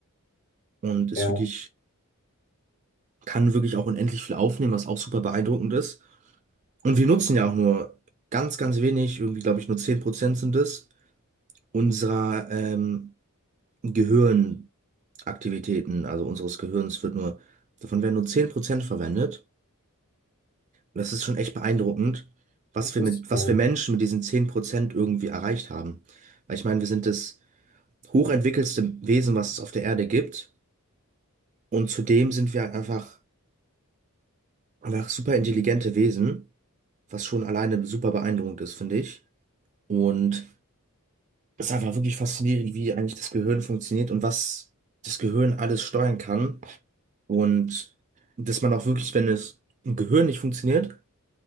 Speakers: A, on the right; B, on the left.
A: Und ist
B: Ja,
A: wirklich, kann wirklich auch unendlich viel aufnehmen, was auch super beeindruckend ist. Und wir nutzen ja auch nur ganz, ganz wenig, irgendwie, glaube ich, nur 10% sind es, unserer, ähm, Gehirnaktivitäten, also unseres Gehirns wird nur, davon werden nur 10% verwendet. Und das ist schon echt beeindruckend, was
B: das
A: wir
B: wusste
A: mit,
B: ich gar
A: was wir Menschen
B: nicht.
A: mit diesen 10% irgendwie erreicht haben. Weil ich meine, wir sind das hochentwickelste Wesen, was es auf der Erde gibt. Und zudem sind wir halt einfach, einfach super intelligente Wesen, was schon alleine super beeindruckend ist, finde ich. Und Das ist einfach wirklich faszinierend, wie eigentlich das Gehirn funktioniert und was das Gehirn alles steuern kann. Und dass man auch wirklich, wenn es im Gehirn nicht funktioniert,